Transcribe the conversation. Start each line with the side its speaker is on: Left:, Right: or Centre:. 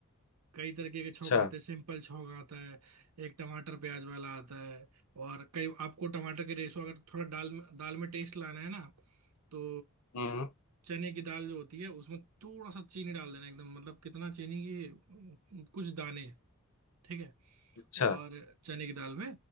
Right: कई तरीके के छौंक
Left: अच्छा
Right: आते हैं सिंपल छौंक आता है एक टमाटर प्याज वाला आता है और कई आपको टमाटर के रेशो अगर थोड़ा दाल में दाल में टेस्ट लाना है ना तो
Left: हम्म
Right: चने की दाल जो होती है उसमें थोड़ा सा चीनी डाल देना एकदम मतलब कितना चीनी की उम, कुछ दाने ठीक है
Left: अच्छा
Right: और चने की दाल में